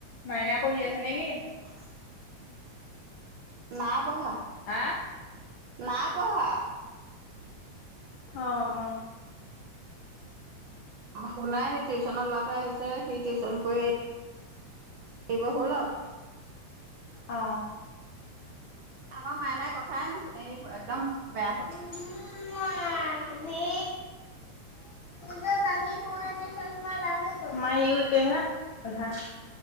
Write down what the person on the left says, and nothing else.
মাইনা পঢ়ি আছে নে কি?
হা?
অ অ
অ।
উম মা মী হা ভাঙি মো আজি চছমা ভাঙি গল আমাৰ ইও একেহে গাধা